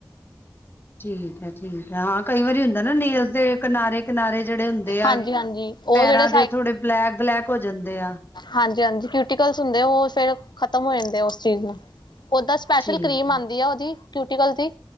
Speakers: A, on the left; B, on the left.
A: ਠੀਕ ਹੈ। ਠੀਕ ਹੈ। ਹਾਂ ਕਈ ਵਾਰੀ ਹੁੰਦਾ ਨਾ ਨੇਲਸ ਦੇ ਕਿਨਾਰੇ-ਕਿਨਾਰੇ ਜਿਹੜੇ ਹੁੰਦੇ
B: ਹਾਂਜੀ
A: ਆ।
B: ਹਾਂਜੀ ਉਹ
A: ਪੈਰਾਂ
B: ਜਿਹੜੇ
A: ਦੇ ਥੋੜੇ ਬਲੈਕ ਬਲੈਕ ਹੋ ਜਾਂਦੇ ਆ
B: ਹਾਂਜੀ-ਹਾਂਜੀ ਕਿਊਟੀਕਲਸ ਹੁੰਦੇ ਉਹ ਫੇਰ ਖ਼ਤਮ ਹੋ ਜਾਂਦੇ ਉਸ ਚੀਜ਼ ਨੂੰ ਓਦਾ। ਸਪੈਸ਼ਲ
A: ਠੀਕ
B: ਕਰੀਮ ਆਉਂਦੀ
A: ਐ,
B: ਆ ਉਹਦੀ ਕਿਊਟੀਕਲ ਦੀ